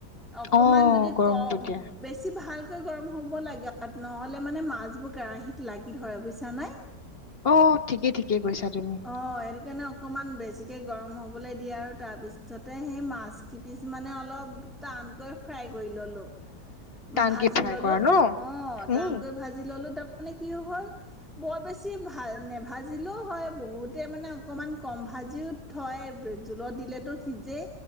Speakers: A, in the centre; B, on the left (about 40°).
A: অকমান
B: অ
A: যদি
B: গৰম
A: কম
B: হ'ব দিয়া
A: বেছি ভাল, গৰম হ'ব লাগ নহ'লে মানে মাছবোৰ কেৰাহীত লাগি ধৰে বুইছা নে,
B: অ' ঠিকে ঠিকে কৈছা, তুমি
A: অ' সেইটো কাৰণে অকমান বেছিকে গৰম হ'বলৈ দিয়ে আৰু তাৰ পিছতে সেই মাছ কিপিচ মানে অলপ টানকৈ ফ্ৰাই কৰি ললো,
B: টানকে
A: ভাজি
B: ফ্ৰাই
A: ললো
B: কৰা ন
A: অ
B: উম
A: টান গৈ ভাজি ললো তাৰমানে কি হ'ল, বৰ বেছি ভাল নেভাজিলেও হয়। বহুতে মানে অকমান কম ভাজিও থয়। জোলত দিলেতো সিজেই